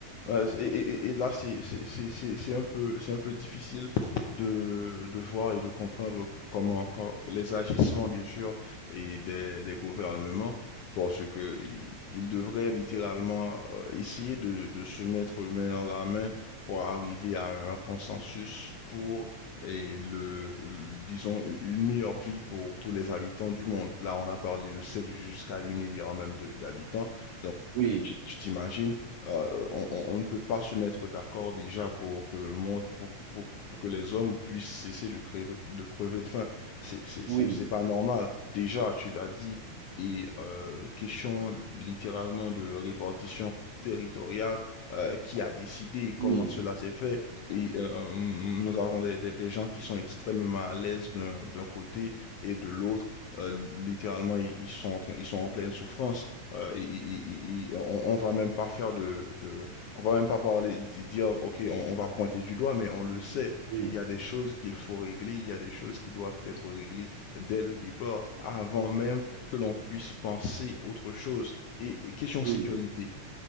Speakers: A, on the left; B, on the right.
A: Ouais, et, et- et là, c'est c'est- c'est- c'est- c'est un peu, c'est un peu difficile de, de voir et de comprendre comment, quand- les agissements, bien sûr, et des, des gouvernements, parce que i- ils devraient littéralement euh, essayer de, de se mettre main dans la main pour arriver à un consensus pour, et le, le- disons, une meilleure vie pour tous les habitants du monde. Là, on a parlé de 7 jusqu'à 8 milliards même de- d'habitants. Donc,
B: oui.
A: euh, tu tu t'imagines euh, on, on- on ne peut pas se mettre d'accord déjà pour que le monde, pour, que- pour, pour que les hommes puissent cesser de crever, de crever de faim. C'est c'est- c'est-
B: Oui,
A: c'est pas normal. Déjà, tu l'as dit, et euh, question littéralement de répartition territoriale, euh, qui a décidé comment
B: oui,
A: cela s'est fait. Et euh, nous avons des, des- des gens qui sont extrêmement à l'aise d'un d'un côté et de l'autre. Euh, littéralement, ils, ils sont en train- ils sont en pleine souffrance. Euh, il- il- il- il- on, on va même pas faire de, de- on va même pas parler, di- dire, ok, on, on va pointer du doigt, mais on le sait,
B: oui,
A: il y a des choses qu'il faut régler, il y a des choses qui doivent être réglées dès le départ, avant même que l'on puisse penser autre chose. Et, et question
B: oui,
A: sécurité,